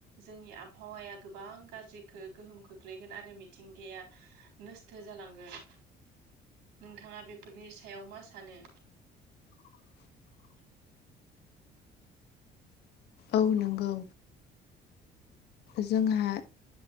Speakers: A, on the right (about 85°); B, on the left (about 75°).
A: जोंनि आबहावाया गोबां गाज्रिखौ गोहोमखौ गोग्लैगोन आरो मिथिंगाया नस्थ' जालांगोन नोंथाङा बेफोरनि सायाव मा सानो
B: <inaudible> औ नंगौ जोंहा